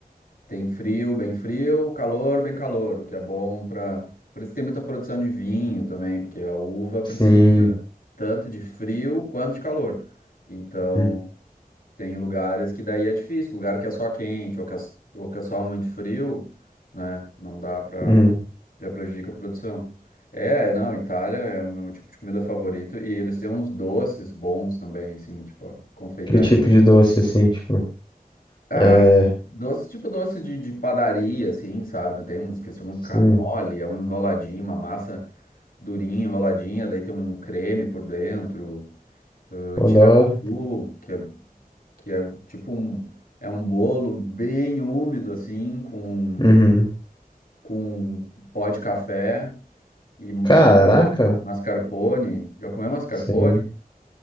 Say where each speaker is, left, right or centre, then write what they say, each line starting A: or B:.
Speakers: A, on the left (about 70°); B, on the left (about 30°).
A: tem frio, bem frio, calor, bem calor, o que é bom para. Por isso tem muita produção de vinho também, porque a uva precisa
B: Sim.
A: tanto de frio quanto de calor. Então.
B: Hum,
A: Tem lugares que daí é difícil, lugar que é só quente ou que é, s- ou que é só muito frio, né? Não dá pra.
B: hum.
A: Já prejudica a produção. É, não, Itália é o meu tipo de comida favorito e eles têm uns doces bons também, assim, tipo a confeitaria.
B: Que tipo de doce, assim, tipo?
A: Ah,
B: É,
A: doce, tipo doce de, de padaria, assim, sabe? Tem uns que se chamam cannoli,
B: sim,
A: é um enroladinho, uma massa durinha, enroladinha, daí tem um creme por dentro, o
B: pô,
A: tiramisu,
B: da hora.
A: que é que é tipo um, é um bolo bem úmido assim, com,
B: Uhum.
A: com pó de café e, e
B: Caraca,
A: mascarpone. Já comeu mascarpone?
B: sim.